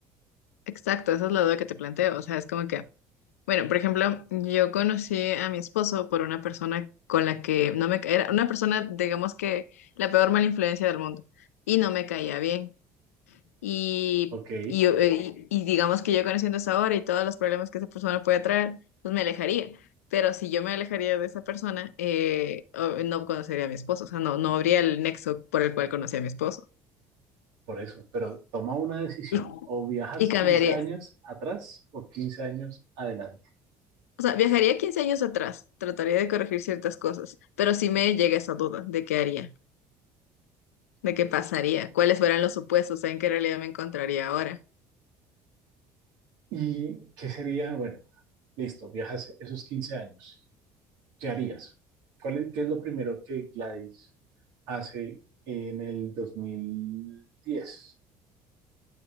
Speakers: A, on the left; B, on the right.
A: Exacto, esa es la duda que te planteo. O sea, es como que Bueno, por ejemplo, yo conocí a mi esposo por una persona con la que no me ca- era una persona, digamos que la peor mala influencia del mundo y no me caía bien. Y,
B: Ok,
A: y, yo- eh, y- y digamos que yo conociendo esa hora y todos los problemas que esa persona puede traer, pues me alejaría. Pero si yo me alejaría de esa persona, eh, o- no conocería a mi esposo, o sea, no, no habría el nexo por el cual conocí a mi esposo.
B: Por eso, pero toma una decisión.
A: Y,
B: O viajas
A: y cambiaría.
B: 15 años atrás o 15 años adelante.
A: O sea, viajaría 15 años atrás, trataría de corregir ciertas cosas, pero sí me llega esa duda de qué haría. de qué pasaría, cuáles fueran los supuestos, en qué realidad me encontraría ahora.
B: ¿Y qué sería? Bueno, listo, viajas esos 15 años. ¿Qué harías? ¿Cuál es, qué es lo primero que Gladys hace en el 2010?